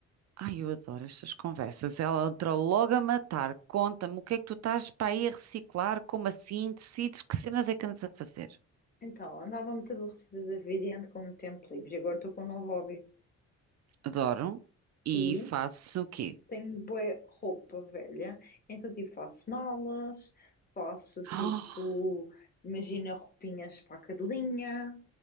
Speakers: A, on the right; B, on the left.
A: Ai, eu adoro estas conversas. Ela entrou logo a matar. Conta-me o que é que tu estás para aí a reciclar? Como assim? Decides que cenas é que andas a fazer?
B: Então, andava muito aborrecida da vida e ando com muito tempo livre, e agora estou com um novo hobby.
A: Adoro. E
B: E
A: faço o quê? <gasps>
B: tenho bué roupa velha, então tipo faço malas, faço tipo,
A: Ah,
B: imagina roupinhas para a cadelinha,